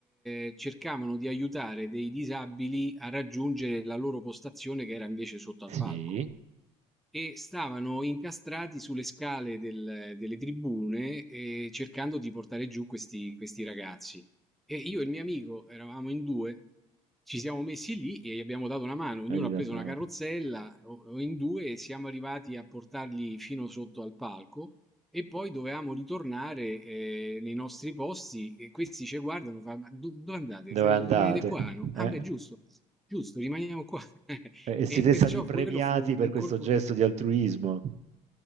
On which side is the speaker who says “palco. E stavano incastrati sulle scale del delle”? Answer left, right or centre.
Centre